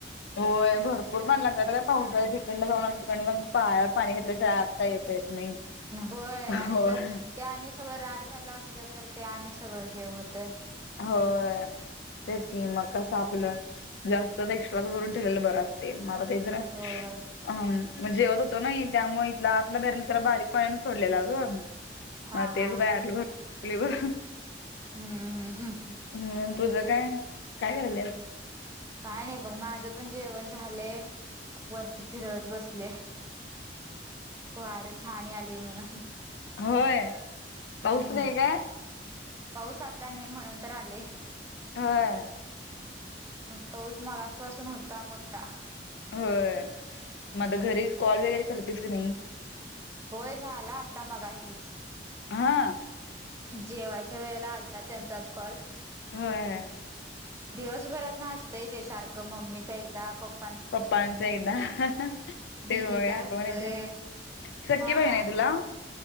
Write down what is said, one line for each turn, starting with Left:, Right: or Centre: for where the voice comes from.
Left: होय, भरपूरच लागतात. पाऊस आहे, ठिकंड जाऊन ठिकाणी पायावर पाणी घेतल्याशिवाय. येत, येत नाही.
Right: होय आणि
Left: होय.
Right: जर त्या आणि सगळं राड झालं असलं तर ते आणि सगळं हे होतंय.
Left: हो, ते स्कीम मग कसं आपलं जास्त एक्स्ट्राच भरून ठेवलेलं बरं असतं. ते मलात्र.
Right: होय
Left: अ, जेवत होतो ना, त्यामुळे इथला आतला भेरयला त्याला बारीक पाण्यानं सोडलेला गं. <unintelligible>
Right: हा हा हम्म हम्म हम् हम्.
Left: हं, तुझं काय काय कार्यालयास.
Right: काय नाही बघ, माझं पण जेवण झालंय, वरती फिरवत बसले. वरं छान यालय म्हणून,
Left: होय
Right: हम्म.
Left: पाऊस नाही काय
Right: पाऊस आता नाही म्हणून तर आले.
Left: होय.
Right: पाऊस मगासपसून होता मोठा.
Left: होय, मग आता घरी कॉल वगैरे करतेस की नाही?
Right: होय, झाला आता, मगाशीच
Left: हा
Right: जेवायच्या वेळेला आ तात्यांचा आज कॉल.
Left: होय.
Right: दिवसभरात ना, असतंय ते सारखं मम्मीच एकदा पप्
Left: पप्पांच ही ना हं हाँ ते
Right: दिदीचा
Left: ह्या
Right: असतोय
Left: डोळ्याचं ना सख्खी
Right: हा
Left: बहिण आहे तुला?